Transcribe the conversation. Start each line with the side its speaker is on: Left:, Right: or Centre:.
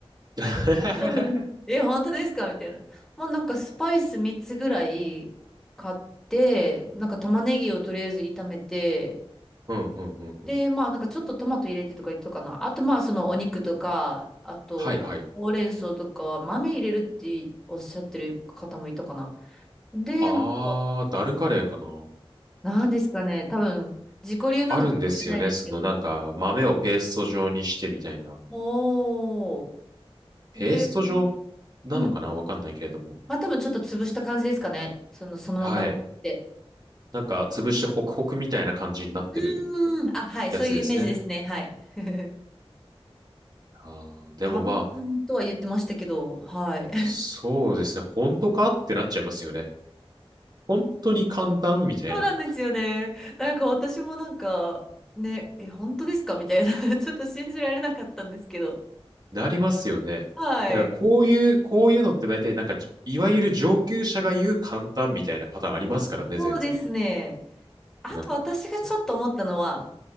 Right: <laughs>
Centre: <laughs> え、本当ですかみたいな。まあなんかスパイス3つぐらい買って、なんか玉ねぎをとりあえず炒めて、
Right: うん、うん、うん、
Centre: で、
Right: うん。
Centre: まあなんかちょっとトマト入れてとか言ってたかな。あとまあそのお肉とか、あとほうれん草とか豆入れるっておっしゃってる方もいたかな。
Right: はい、はい。
Centre: で、
Right: あー、
Centre: なんか、
Right: ダルカレーかな。
Centre: なんですかね、多分自己流なのかもしれないですけど、
Right: あるんですよね。そのなんか、
Centre: 多分。
Right: 豆をペースト状にしてみたいな。
Centre: おー。
Right: ペースト状
Centre: で、
Right: なのかなわかんないけれども。
Centre: うん。まあ多分ちょっと潰した感じですかね。その、そのままじゃなくて。
Right: はい。なんか、潰してホクホクみたいな感じになってる
Centre: うーん。あ、はい。
Right: やつですね。
Centre: そういうイメージですね。はい。<laughs>
Right: あー、でもまあ、
Centre: 簡単とは言ってましたけど、はい。
Right: そうですね。本当かってなっちゃいますよね。本当に簡単みたいな。
Centre: そうなんですよね。なんか私もなんか、ね、え、本当ですかみたいな <laughs> ちょっと信じられなかったんですけど。
Right: なりますよね。
Centre: はい。
Right: なんかこういう、こういうのって大体なんかいわゆる上級者が言う簡単みたいなパターンありますからね、
Centre: そうですね。
Right: 全然。
Centre: あと私がちょっと思ったのは、
Right: なんか、そ